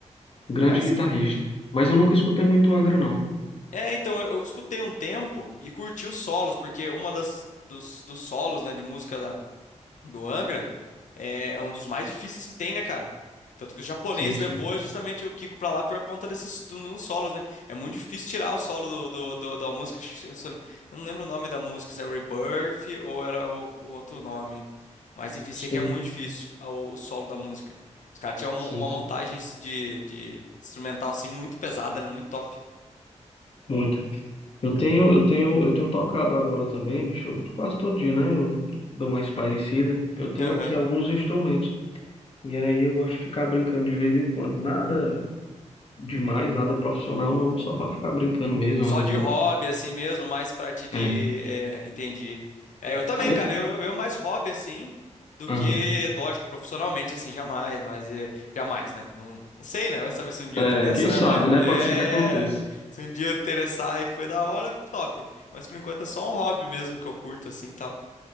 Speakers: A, on the left; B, on the left.
A: grande
B: Mas,
A: guitarrista. Mas eu nunca escutei muito Angra, não.
B: é, então, eu, eu escutei um tempo e curti os solos, porque uma das, dos, dos solos, né, de música da do Angra é, é um dos mais difíceis que tem, né, cara? Tanto que o japonês
A: Sim, sim.
B: levou justamente o Kiko pra lá por conta desses do- dos solos, né? É muito difícil tirar o solo do, do- do- da música. Eu só não eu não lembro o nome da música, se é Rebirth ou era o, o outro nome. Mas enfim, sei
A: Sim,
B: que é muito difícil a- o solo da música. Os caras tinham uma,
A: sim,
B: uma
A: sim.
B: montagem de, de instrumental assim muito pesada, né? Muito top.
A: Muito. Eu tenho, eu tenho, eu tenho tocado agora também, bicho, eu- quase todo dia, né? Eu dou uma espairecida. Eu tenho
B: Aham.
A: aqui alguns instrumentos. E aí eu gosto de ficar brincando de vez em quando. Nada demais, nada profissional, não, só pra ficar brincando mesmo.
B: Só
A: Às vezes
B: de
A: eu.
B: hobby, assim mesmo, mais parte de.
A: É.
B: é, entendi. É, eu também,
A: Aí
B: cara,
A: eu.
B: eu, eu mais hobby, assim, do
A: Aham.
B: que, lógico, profissionalmente, assim, jamais, mas é, jamais, né? Não, não sei, né? Vai saber se um dia
A: É,
B: interessa,
A: quem
B: né?
A: sabe,
B: Mas
A: né?
B: é.
A: Pode ser que aconteça.
B: Se um dia interessar e foi da hora, top. Mas por enquanto é só um hobby mesmo que eu curto, assim e tal.